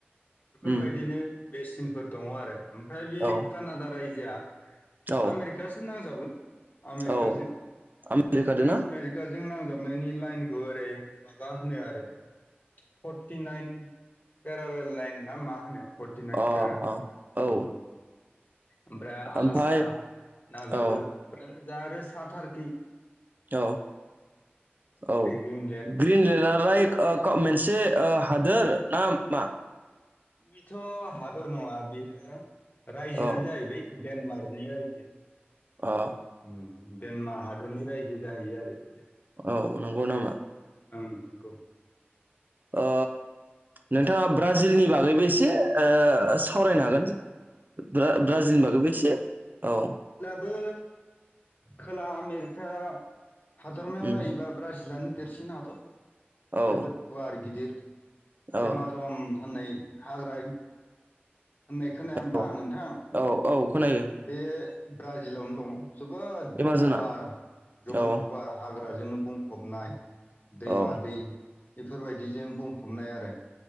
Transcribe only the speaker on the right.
उम
औ
औ
औ
आमेरिकादो ना
अ
अ औ
ओमफाय
औ
औ औ
<unintelligible> मोनसे ओ हादोर ना मा?
औ
अ अ
औ नंगौ नामा?
ओ नोंथाङा ब्राजिलनि बागैबो एसे ओ सावरायनो हागोन। <unintelligible> ब्राजिलनि बागैबो एसे औ।
उम
औ
औ
औ
औ औ खोनायो।
एमाज'ना
औ
औ